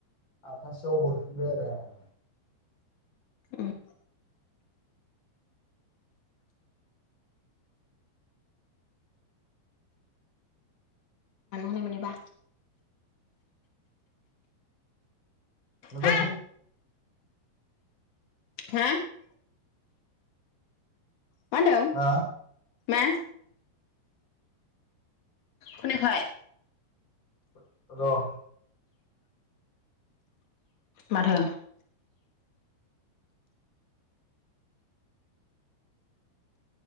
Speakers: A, on the left; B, on the left.
A: आठथासोआव हरफिनबाय आरो आं।
B: अम मोननिबा
A: मा
B: हा
A: जाखो
B: हा मा मा होनदों
A: हो
B: मा खोनायाखै
A: र
B: माथा